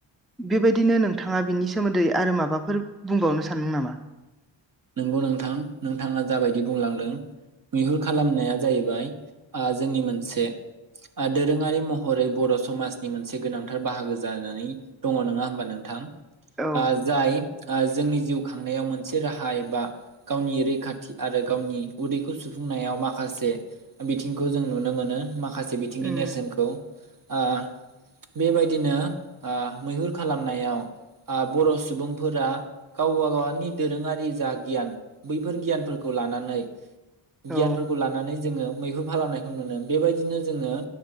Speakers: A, in the centre; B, on the right (about 40°).
A: बेबायदिनो नोंथाङा बिनि सोमोन्दै आरो माबाफोर बुंबावनो सानो नामा
B: नंगौ नोंथां नोंथाङा जाबायदि बुंलांदों मैहुर खालामनाया जाहैबाय ओ जोंनि मोनसे ओ दोरोङारि महरै बर' समाजनि मोनसे गोनांथार बाहागो जानानै दङ नङा होमबा नोंथां
A: औ
B: ओ जाय ओ जोंनि जिउ खांनायाव मोनसे राहा हा एबा गावनि रैखाथि आरो गावनि उदैखौ सुफुंनायाव माखासे बिथिंखौ जों नुनो मानो मा माखासे बिथिंनि
A: उम
B: नेरसोनखौ आ बेबायदिनो आ मैहुर खालामनायाव आं बर' सुबुंफोरा गावबा गावनि दोरोङारि जा गियान बैफोर गियानफोरखौ लानानै
A: औ
B: गियानफोरखौ लानानै जोङो मैहुर फालानायखौ नुनो बेबायदिनो जोङो